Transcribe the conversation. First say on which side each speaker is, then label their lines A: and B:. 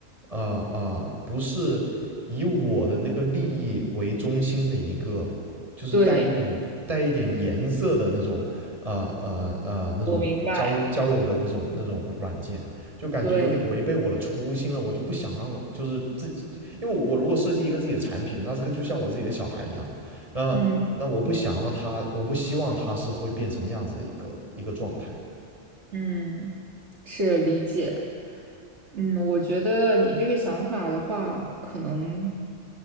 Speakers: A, on the right; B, on the right.
A: 呃呃，不是以我的那个利益为中心的一个，就是带一点带一点颜色的那种呃呃呃那种交交友的那种那种软件，
B: 对，我明白，
A: 就感觉有点违背我的初心了。
B: 对，
A: 我就不想让就是自己，因为我我如果设计一个自己的产品，那这个就像我自己的小孩一样，那那我不想要他，
B: 嗯
A: 我不希望他是会变成那样子的一个一个状态。
B: 嗯，是理解。嗯，我觉得你这个想法的话，可能